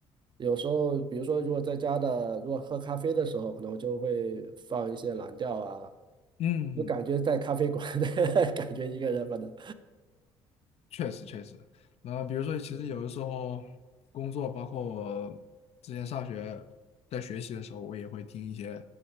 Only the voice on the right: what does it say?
有时候比如说如果在家的，如果喝咖啡的时候，可能我就会放一些蓝调啊，
就感觉在咖啡馆的 <laughs> 感觉一个人，反正。